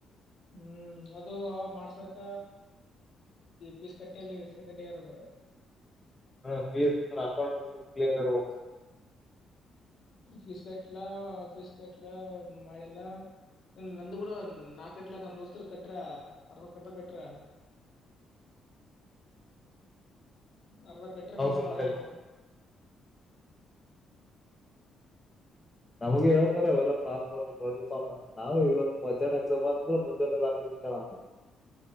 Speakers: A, on the left; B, on the left.
A: ಹ್ಮ್ ಅದು ಮಾಡ್ಸಕ್ಕ ಪೀಸ್ ಕಟ್ಟೆ ಇಲ್ಲ ಸೆಕೆಂಡ್ ಇಯರ್ ದು.
B: ಹ ಫೀಸ್ <unintelligible> ಅಕೌಂಟ್ ಕ್ಲಿಯರ್ ಇರ್ಬೇಕು.
A: ಫಿಶ್ ಕಟ್ಲ ಫಿಶ್ ಕಟ್ಲ ಮಾಡಿಲ್ಲ. ನಂದ ಬಿಡು ನಾ ಕಟ್ಲ ನಮ್ ದೋಸ್ತರು ಕಟ್ರ ಅರ್ದ ಕರ್ದ ಕಟ್ರ. ಅರ್ದ ಕಟ್ಟ್ರ
B: ಅವ್ರದ್ದು
A: ಮಾ ಮಾಡ್ಲೆನ್ಅವ.
B: ಮಾಡಿಲ್ಲ ನಮಗೆ ಹೇಳ್ತಾರ ಅವೆಲ್ಲ ಪಾಪ. <unintelligible> ನಾವು ಇವತ್ ಮಧ್ಯಾಹ್ನ ಎಕ್ಜಾ ಅಂತ ಅಂದ್ರೆ ಮುಂಜಾಲೆ ರಾತ್ರಿ ಕೇಳೋಣ.